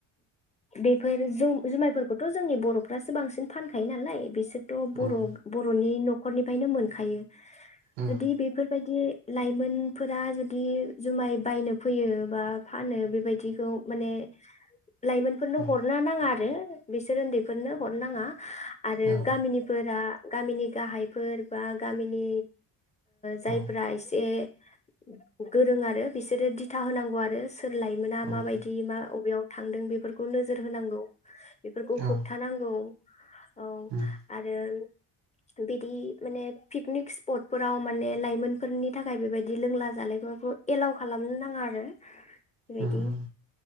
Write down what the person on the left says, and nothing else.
बेफोर जौ जुमायफोरखौथ' जोंनि बर'फ्रासो बांसिन फानखायो नालाय बिसोर थ' बर'
बर'नि न' खरनिफ्रायनो मोनखायो
जुदि बेफोरबायदि लाइमोनफोरा जुदि जुमाय बायनो फैयो बा फानो बेबायदिखौ माने लाइमोनफोरनो
हरनो नांङा रो बिसोर उन्दैफोरनो हरनाङा आरो
गामिनिफोरा गामिनि गाहायफोर बा गामिनि जायफोरा
एसे <inaudible> गोरों आरो बिसोरो दि <unintelligible> होनांगौ आरो सोर लाइमोना
माबायदि मा अबेयाव थांदों बेफोरखौ नोजोर होनांगौ <inaudible> बेफोरखौ
होबथानांगौ
औ
आरो बिदि माने पिकनिक सप्टफो आव माने लाइमोनफोरनि थाखाय बेबायदि लोंला जालायफोरखौ एलाउ खालामनो नाङा आरो बेबायदि